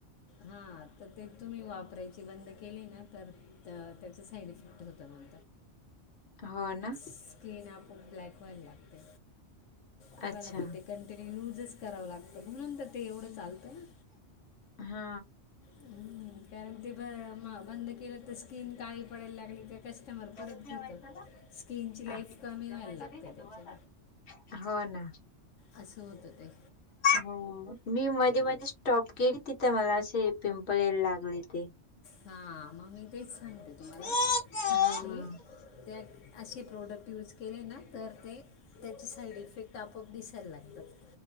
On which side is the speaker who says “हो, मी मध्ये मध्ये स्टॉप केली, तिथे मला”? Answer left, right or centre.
Left